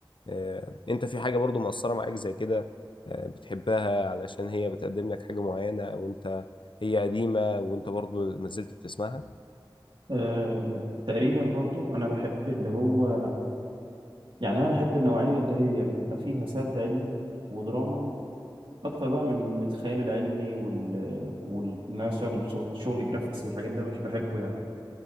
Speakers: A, on the left; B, on the right.
A: آه، انت في حاجه برضو مؤثره معاك زي كده آه، بتحبها علشان هي بتقدم لك حاجه معينه او انت هي قديمه وانت برضو ما زلت بتسمعها
B: آه، تقريبا برضو أنا بحب اللي هو يعني أنا بحب النوعية اللي هي بتبقى فيها سرد علمي ودراما أكتر بقى من من الخيال العلمي وال وال إن أنا أشتغل في شغل شغل جرافيكس والحاجات ده مش بحبه يعني